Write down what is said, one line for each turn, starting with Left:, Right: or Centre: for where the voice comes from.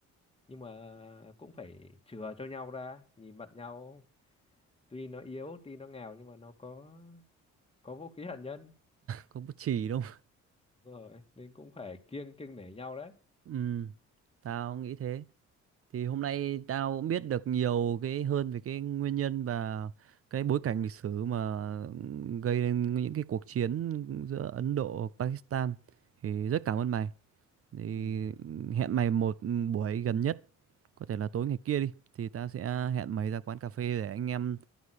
Left: nhưng mà cũng phải chừa cho nhau ra nhìn mặt nhau tuy nó yếu tuy nó nghèo nhưng mà nó có có vũ khí hạt nhân
Right: có bút chì đâu
Left: Đúng rồi nên cũng phải kiêng kiêng nể nhau đấy
Right: ừ tao nghĩ thế Thì hôm nay tao cũng biết được nhiều cái hơn về cái nguyên nhân và cái bối cảnh lịch sử mà gây nên những cái cuộc chiến giữa Ấn Độ và Pakistan. Thì rất cảm ơn mày. Thì
Left: ừ
Right: hẹn mày một buổi gần nhất, có thể là tối ngày kia đi. Thì ta sẽ hẹn mày ra quán cà phê để anh em